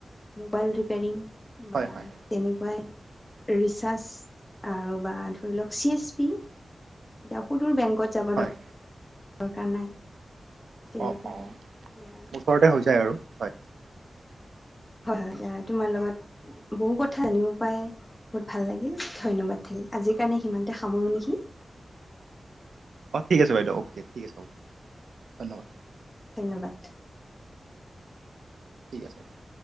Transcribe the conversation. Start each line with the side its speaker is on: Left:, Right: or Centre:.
Left: মোবাইল ৰিপেয়াৰিং বা
Right: হয় হয়
Left: তেনেকুৱাই ৰিচাৰ্জ আৰু বা ধৰি লওক চি এছ পি দিয়া সুদুৰ বেংকত যাব
Right: হয়
Left: দৰকাৰ নাই তেনেকুৱা
Right: অ অ
Left: আৰু এয়া
Right: ওচৰতে হৈ যায় আৰু হয়
Left: হয় হয় তোমাৰ লগত বহু কথা জানিব পাৰে বহুত ভাল লাগিল ধন্যবাদ থাকিল আজিৰ কাৰণে সিমানতে সামৰো নেকি
Right: অ ঠিক আছে বাইদেউ অ'কে ঠিক আছে হ'ব ধন্যবাদ
Left: ধন্যবাদ।
Right: ঠিক আছে বাৰু